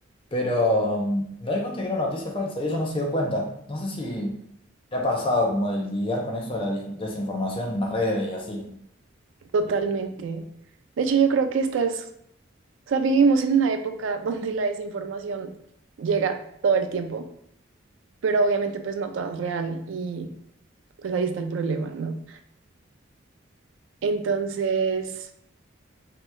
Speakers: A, on the left; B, on the right.
A: pero mm, me doy cuenta que era una noticia falsa y ella no se dio cuenta. No sé si te ha pasado como de lidiar con eso de la dis- desinformación en las redes y así.
B: totalmente. De hecho, yo creo que estás, o sea, vivimos en una época donde la desinformación llega todo el tiempo, pero obviamente pues no toda es real y pues ahí está el problema, ¿no? Entonces,